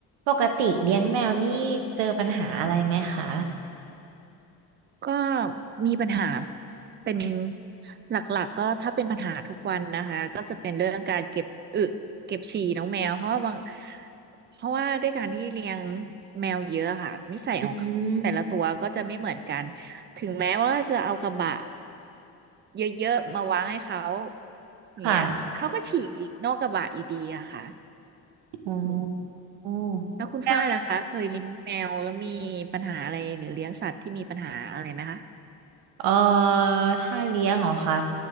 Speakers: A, on the right; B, on the right.
A: ปกติเลี้ยงแมวนี่เจอปัญหาอะไรไหมคะ
B: ก็มีปัญหาเป็นหลักๆก็ถ้าเป็นปัญหาทุกวันนะคะก็จะเป็นเรื่องการเก็บอึเก็บฉี่น้องแมวเพราะว่าบางเพราะว่าด้วยการที่เลี้ยงแมวเยอะค่ะนิสัยของแต่ละตัวก็จะไม่เหมือนกัน
A: อืม
B: ถึงแม้ว่าจะเอากระบะเยอะๆมาวางให้เขาอย่างเงี้ยเขาก็ฉี่นอกกระบะอยู่ดีอะค่ะ
A: ค่ะอ๋อ
B: อืมแล้วคุณฝ้ายล่ะคะเคยเลี้ยงแมวแล้วมีปัญหาอะไรหรือเลี้ยงสัตว์ที่มีปัญหาอะไรไหมคะ
A: แมว เออถ้าเลี้ยงเหรอคะ